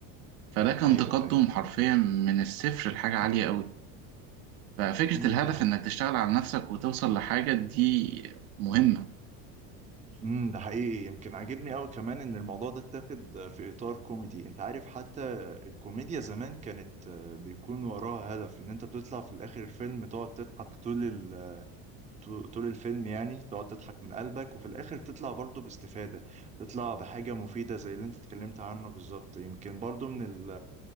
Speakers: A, on the right; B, on the right.
A: فده كان
B: ايوه
A: تقدم
B: ايوه
A: حرفيا من الصفر لحاجة عالية أوي ففكرة
B: امم
A: الهدف
B: ده حقيقي
A: إنك تشتغل على نفسك وتوصل لحاجة دي مهمة
B: امم ده حقيقي يمكن عاجبني قوي كمان ان الموضوع ده اتاخد في اطار كوميدي انت عارف حتى الكوميديا زمان كانت آه، بيكون وراها هدف ان انت بتطلع في الاخر الفيلم تقعد تضحك طول طو- طول الفيلم يعني تقعد تضحك من قلبك وفي الآخر تطلع برضو باستفادة تطلع بحاجة مفيدة زي اللي انت اتكلمت عنه بالظبط يمكن برضو من ال